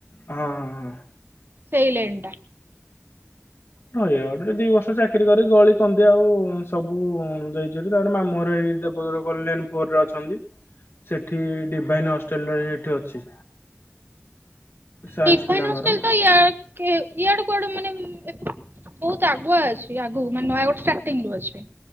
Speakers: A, on the left (about 70°); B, on the right (about 60°).
A: ହଁ ହଁ ହ
B: ସେଇ ଲେଣ୍ଡ ଟା
A: ହଁ ଇଆଡେ ଦି ବର୍ଷ ଚାକିରି କରି ଗଳିକନ୍ଦି ଆଉ ସବୁ ଦେଇଚନ୍ତି ତାପରେ ମାମୁଁ ଘର ଏଇ <unintelligible> କଲ୍ୟାଣପୁର ରେ ଅଛନ୍ତି ସେଠି ଡିଭାଇନ ହଷ୍ଟେଲରେ ସେଇଠି ଅଛି ସାଇନ୍ସ
B: ଡିଭାଇନ
A: ପିଲାଙ୍କର।
B: ହୋଷ୍ଟେଲ ତ ଇଆଡେ କେ ଇଆଡେ କୁଆଡ଼େ ମାନେ ବହୁତ ଆଗୁଆ ଅଛି ଆଗକୁ ମାନେ ନୟାଗଡ ଷ୍ଟାର୍ଟିଂ ରୁ ଅଛି